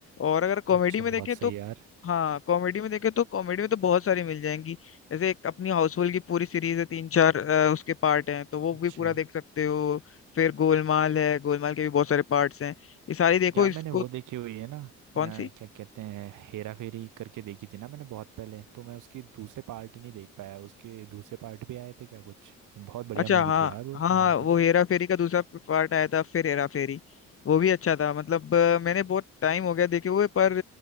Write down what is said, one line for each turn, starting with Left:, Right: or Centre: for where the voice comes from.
Left: और अगर कॉमेडी
Right: अच्छा
Left: में देखें
Right: बहुत सही
Left: तो
Right: यार
Left: हाँ कॉमेडी में देखें तो कॉमेडी में तो बहुत सारी मिल जाएंगी जैसे एक अपनी हाउसफुल की पूरी सीरीज है तीन चार अ, उसके पार्ट हैं तो वो
Right: अच्छा
Left: भी पूरा देख सकते हो फिर गोलमाल है गोलमाल के भी बहुत सारे पार्ट्स हैं ये सारी देखो
Right: यार
Left: इसको
Right: मैंने वो देखी हुई है ना
Left: कौन
Right: अ,
Left: सी
Right: क्या कहते हैं हेरा फेरी करके देखी थी ना मैंने बहुत पहले तो मैं उसकी दूसरे पार्ट नहीं देख पाया उसके दूसरे पार्ट भी आए थे क्या कुछ बहुत बढ़िया
Left: अच्छा
Right: मूवी
Left: हाँ
Right: थी यार वो
Left: हाँ हाँ,
Right: भयंकर
Left: वो हेरा फेरी का दूसरा पार्ट आया था फिर हेरा फेरी वो भी अच्छा था मतलब अ, मैंने बहुत टाइम हो गया देखे हुए पर